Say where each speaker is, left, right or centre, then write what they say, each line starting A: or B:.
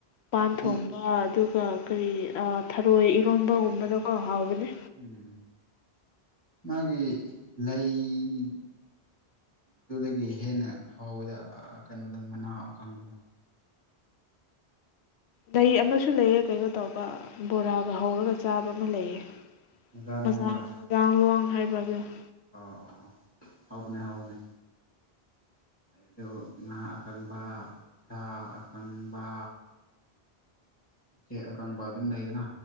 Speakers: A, on the left; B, on the left.
A: ꯄꯥꯟ
B: ꯑꯗꯨꯗꯤ
A: ꯊꯣꯡꯕ ꯑꯗꯨꯒ ꯀꯔꯤ ꯑꯥ ꯊꯔꯣꯏ ꯏꯔꯣꯕꯒꯨꯝꯕꯗꯀꯣ ꯍꯥꯎꯕꯅꯦ
B: ꯎꯝ ꯃꯥꯒꯤ ꯂꯩ ꯑꯗꯨꯗꯒꯤ ꯍꯦꯟꯅ ꯍꯥꯎꯋꯦꯗ ꯑꯥ ꯀꯩꯅꯣꯗ ꯃꯅꯥ ꯑꯀꯪꯕꯗꯣ
A: ꯂꯩ ꯑꯃꯁꯨ ꯂꯩꯑꯦ ꯀꯩꯩꯅꯣ ꯇꯧꯕ ꯕꯣꯔꯥꯒ ꯍꯧꯔꯒ ꯆꯥꯕ ꯑꯃ ꯂꯩꯑꯦ
B: ꯃꯖꯥ
A: ꯃꯖꯥꯡ
B: ꯅꯨꯡꯗꯨꯔꯣ
A: ꯃꯗꯥꯥꯡ ꯂꯣꯡ ꯍꯥꯏꯕ꯭ꯔ <unintelligible>
B: ꯑꯣ ꯍꯥꯎꯕꯅꯦ ꯍꯥꯎꯕꯅꯦ ꯑꯗꯨ ꯉꯥ ꯑꯀꯪꯕ ꯁꯥ ꯑꯀꯪꯕ ꯆꯦ ꯑꯀꯪꯕ ꯑꯗꯨꯝ ꯂꯩꯗꯅ